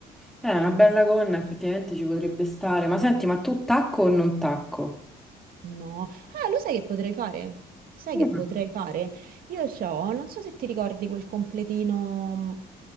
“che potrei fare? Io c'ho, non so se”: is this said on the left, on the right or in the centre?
Right